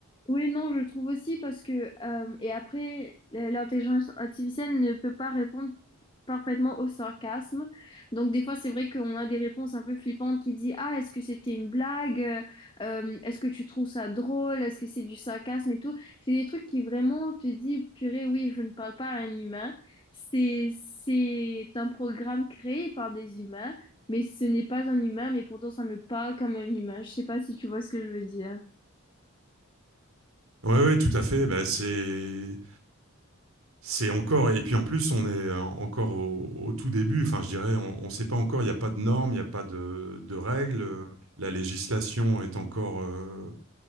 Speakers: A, on the left (about 20°); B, on the right (about 70°).
A: Oui, non, je trouve aussi parce que, euh, et après, l'intelligence artificielle ne peut pas répondre parfaitement au sarcasme. Donc, des fois, c'est vrai qu'on a des réponses un peu flippantes qui disent, Ah, est-ce que c'était une blague? Euh, est-ce que tu trouves ça drôle? Est-ce que c'est du sarcasme et tout? C'est des trucs qui vraiment te dit, purée, oui, je ne parle pas à un humain. C'est, c'est un programme créé par des humains, mais ce n'est pas un humain, mais pourtant, ça me parle comme un humain. Je sais pas si tu vois ce que je veux dire.
B: Ouais, ouais, tout à fait. Bah, c'est C'est encore, et puis en plus, on est euh, encore au, au tout début. Enfin, je dirais, on ne sait pas encore, il n'y a pas de normes, il n'y a pas de, de règles. Euh, La législation est encore, euh,